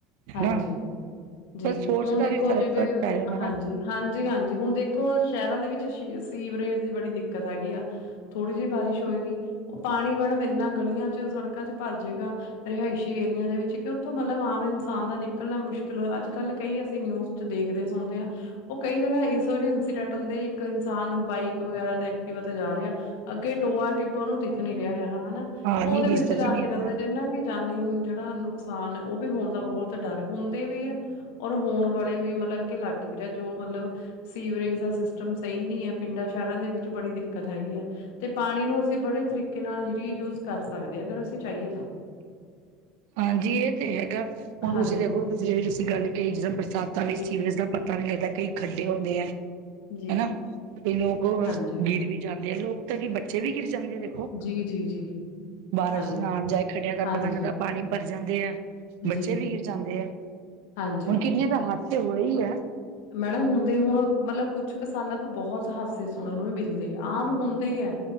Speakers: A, on the left (about 85°); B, on the right (about 70°).
A: ਹਾਂਜੀ
B: ਹਨਾ।
A: ਜੀ
B: ਪਰ ਸੋਚ
A: ਹੁਣ
B: ਦਾ
A: ਦੇਖੋ
B: ਵੀ ਫ਼ਰਕ
A: ਜਿਵੇਂ
B: ਫ਼ਰਕ ਪੈ ਜਾਂਦਾ ਨਾ
A: ਹਾਂਜੀ। ਹਾਂਜੀ ਹਾਂਜੀ, ਹੁਣ ਦੇਖੋ ਸ਼ਹਿਰਾਂ ਦੇ ਵਿੱਚ ਸੀਵਰੇਜ ਦੀ ਬੜੀ ਦਿੱਕਤ ਹੈਗੀ ਆ। ਥੋੜੀ ਜਿਹੀ ਬਾਰਿਸ਼ ਹੋਏਗੀ ਉਹ ਪਾਣੀ ਮੈਡਮ ਇੰਨਾ ਗਲੀਆਂ ਚ ਸੜਕਾਂ ਚ ਭਰ ਜੇਗਾ। ਰਿਹਾਇਸ਼ੀ ਏਰੀਆਂ ਦੇ ਵਿੱਚ ਕਿ ਉੱਥੋਂ ਮਤਲਬ ਆਮ ਇਨਸਾਨ ਦਾ ਨਿਕਲਣਾ ਮੁਸ਼ਕਿਲ ਚਲੋ ਅੱਜ ਕੱਲ ਕਈ, ਅਸੀਂ ਨਿਊਜ਼ ਚ ਦੇਖਦੇ ਸੁਣਦੇ ਆ। ਉਹ ਕਈ ਜਗ੍ਹਾ ਇਸੋ ਜਿਹੇ ਇੰਸੀਡੈਂਟ ਹੁੰਦੇ ਇੱਕ ਇਨਸਾਨ ਬਾਈਕ ਵਗੈਰਾ ਤੇ ਐਕਟਿਵਾ ਤੇ ਜਾ ਰਿਹਾ। ਅੱਗੇ ਟੋਆ ਟਿੱਬਾ ਉਹਨੂੰ ਦਿਖ ਨੀ ਰਿਹਾ ਹੈਗਾ, ਹਨਾ
B: ਹਾਂ
A: ਉਹਦੇ
B: ਨਹੀਂ ਦਿਸਦਾ
A: ਵਿੱਚ ਜਾ
B: ਜੀ ਨਹੀਂ
A: ਕੇ
B: ਪਿਆ
A: ਜਾਂਦੇ ਜਿਵੇਂ ਨਾ। ਜਾਨੀ ਜਿਹੜਾ ਨੁਕਸਾਨ ਐ, ਉਹ ਵੀ ਹੋਣ ਦਾ ਬਹੁਤ ਡਰ ਹੁੰਦੇ ਵੀ ਐ। ਔਰ ਹੋਣ ਵਾਲੇ ਵੀ ਮਤਲਬ ਅੱਗੇ ਲੱਗ ਵੀ ਰਿਹਾ ਜੋ ਮਤਲਬ ਸੀਵਰੇਜ ਦਾ ਸਿਸਟਮ ਸਹੀ ਨੀ ਐ ਪਿੰਡਾਂ ਸ਼ਹਿਰਾਂ ਦੇ ਵਿੱਚ ਬੜੀ ਦਿੱਕਤ ਹੈਗੀ ਆ। ਤੇ ਪਾਣੀ ਨੂੰ ਅਸੀਂ ਬੜੇ ਤਰੀਕੇ ਨਾਲ ਰੀਯੂਜ ਕਰ ਸਕਦੇ ਅਗਰ ਅਸੀਂ ਚਾਹੀਏ ਤਾਂ।
B: ਹਾਂਜੀ, ਇਹ ਤੇ ਹੈਗਾ ਹੁਣ, ਤੁਸੀਂ
A: ਹਾਂਜੀ।
B: ਦੇਖ ਲਓ <unintelligible> ਤੁਸੀਂ ਗੱਲ ਕਹੀ ਜਿਸਦਾਂ ਬਰਸਾਤਾਂ ਵਿੱਚ
A: ਜੀ,
B: ਸੀ ਜਿਸ ਦਾ ਪਾਣੀ ਪਤਾ ਨੀ ਲੱਗਦਾ ਕਈ ਖੱਡੇ ਹੁੰਦੇ ਐ
A: ਜੀ।
B: ਹਨਾ ਕਈ ਲੋਕ
A: ਹਾਂਜੀ,
B: ਗਿਰ ਵੀ ਜਾਂਦੇ ਆ ਲੋਕ, ਕਦੀ ਬੱਚੇ ਵੀ ਗਿਰ ਜਾਂਦੇ ਦੇਖੋ
A: ਜੀ, ਜੀ, ਜੀ,
B: ਬਾਰਸ਼
A: ਹਾਂਜੀ,
B: ਨਾਣ ਜਾਏ ਖੱਡਿਆਂ ਦਾ
A: ਹਾਂਜੀ,
B: ਪਤਾ ਨੀ ਲੱਗਦਾ। ਪਾਣੀ ਭਰ ਜਾਂਦੇ ਆ ਬੱਚੇ
A: ਜੀ,
B: ਵੀ ਗਿਰ ਜਾਂਦੇ ਆ
A: ਹਾਂਜੀ।
B: ਹੁਣ ਕਿੰਨੀਆਂ ਦਾ ਹਾ,, ਦਸੇ ਓਹੇ ਈ ਐ।
A: ਮੈਡਮ ਹੁੰਦੇ ਹੁਣ ਮਤਲਬ ਕੁਛ ਕੁ ਸਾਲਾਂ ਤੋਂ, ਬਹੁਤ ਹਾਦਸੇ ਸੁਣਨ ਨੂੰ ਵੀ ਮਿਲਦੇ ਆ ਆਮ ਹੁੰਦੇ ਆ।